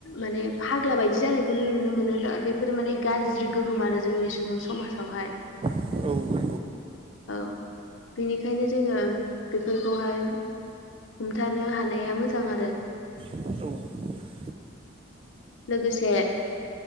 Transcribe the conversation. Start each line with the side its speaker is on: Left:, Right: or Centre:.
Left: माने फाग्ला बायदि जानायखौनो नुनो मोनो बेफोरो माने गाज्रि गो गोहोम आरो जोंनि सुबुं समाजावहाय
Right: औ नोंगौ
Left: औ बेनिखायनो जोङो बेफोरखौहाय हमथानो हानाया मोजां आरो
Right: औ
Left: लोगोसे